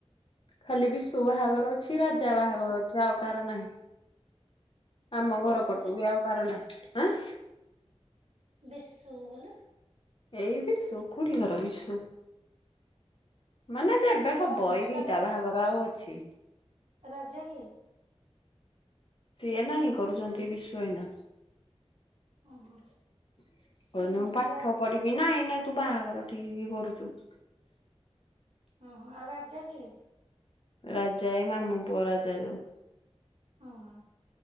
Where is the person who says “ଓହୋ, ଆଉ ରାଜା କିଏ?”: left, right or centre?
Right